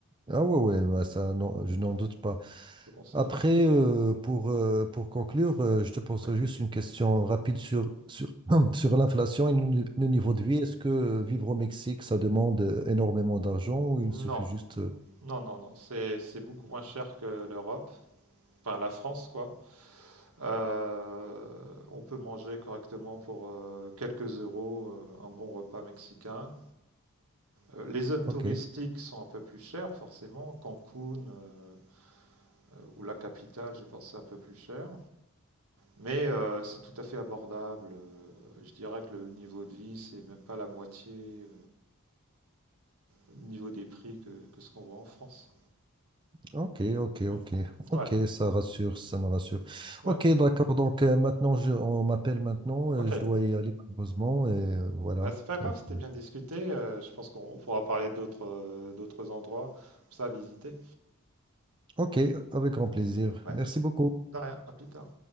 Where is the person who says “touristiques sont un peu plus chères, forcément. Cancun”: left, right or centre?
Right